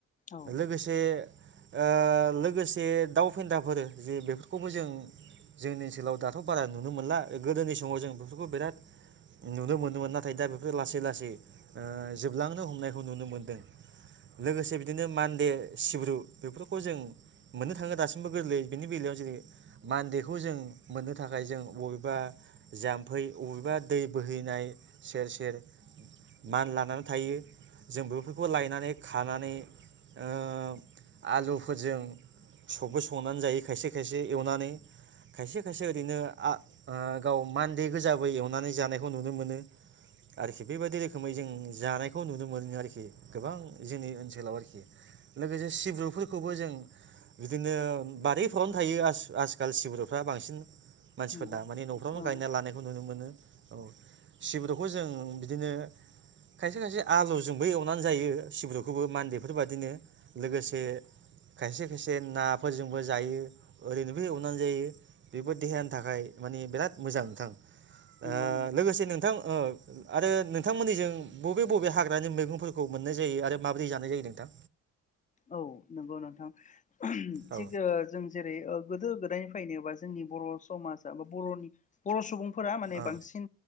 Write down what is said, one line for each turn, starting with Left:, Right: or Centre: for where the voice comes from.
Left: औ
Right: लोगोसे ओ लोगोसे दाउ फेन्दाफोर बेफोरखौबो जों जोंनि ओनसोलाव दाथ' बारा नुनो मोनला गोदोनि समाव जों बेफोरखौ बिराद नुनो मोनोमोन नाथाय दा बेफोरो लासै लासै ओ जोबलांनो हमनायखौ नुनो मोनदों लोगोसे बिदिनो मान्दे सिब्रु बेफोरखौ जों मोननो थाङो दासिमबो गोरलै बेनि बेलायाव जेरै मानदेखौ जों मोननो थाखाय जों बबेबा जाम्फै बबेबा दै बोहैनाय सेर सेर मानलानानै थायो जों बेफोरखौ लायनानै खानानै ओ आलुफोरजों सबो संनानै जायो खायसे खायसे एवनानै खायसे खायसे ओरैनो आ ओ गाव मान्दे गोजाबो एवनानै जानायखौ नुनो मोनो आरोखि बेबायदि रोखोमै जों जानायखौ नुनो मोनो आरोखि गोबां जोंनि ओनसोलाव आरोखि लोगोसे सिब्रुफोरखौबो जों बिदिनो बारिफोरावनो थायो आस आस खाल सिब्रुफ्रा बांसिन मानसिफोरना
Left: नंगौ
Right: माने न'खरावनो
Left: औ
Right: गायना लानायखौ नुनो मोनो औ सिब्रुखौ जों बिदिनो खायसे खायसे आलुजोंबो एवनानै जायो सिब्रुखौबो मान्देफोरबादिनो लोगोसे खायसे खायसे नाफोरजोंबो जायो ओरैनो बो एवनानै जायो बेबो देहानि थाखाय माने बिराद मोजां नोंथां ओ
Left: नंगौ नंगौ
Right: लोगोसे नोंथां ओ आरो नोंथांमोननिजों बबे बबे हाग्रानि मैगंफोरखौ मोननाय जायो आरो माबोरै जानाय जायो नोंथां
Left: औ नंगौ नोंथां <unintelligible> थिग
Right: औ
Left: ओ जों जेरै ओ गोदो गोदायनिफ्रायनो बा जोंनि बर' समाजा बा बर'नि बर' सुबुं फोरा माने
Right: ओ
Left: बांसिन